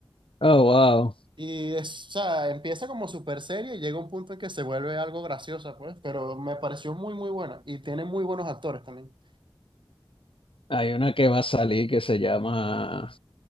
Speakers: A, on the left (about 85°); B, on the right (about 65°).
A: Oh, wow.
B: Y es, o sea, empieza como súper seria y llega un punto en que se vuelve algo graciosa, pues, pero me pareció muy, muy buena. Y tiene muy buenos actores también.
A: Hay una que va a salir que se llama